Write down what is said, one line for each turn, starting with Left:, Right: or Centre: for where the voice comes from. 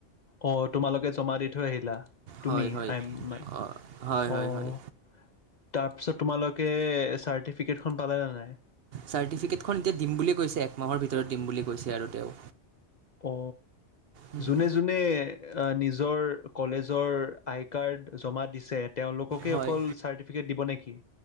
Left: অ তোমালোকে জমা দি থৈ আহিলা তুমি
Right: হয় হয়
Left: আই এম মান
Right: অঁ হয় হয়
Left: অ তাক
Right: হয়
Left: তাৰপিছত তোমালোকে চাৰটিফিকেট খন পালা নে নাই
Right: চাৰ্টিফিকেটখন এতিয়া দিম বুলি কৈছে একমাহৰ ভিতৰত দিম বুলি কৈছে আৰু তেওঁ
Left: অ
Right: উম,
Left: যোনে যোনে নিজৰ কলেজৰ আই কাৰ্ড জমা দিছে তেওঁলোককে
Right: হয়
Left: অকল চাৰ্টিফিকেট দিব নেকি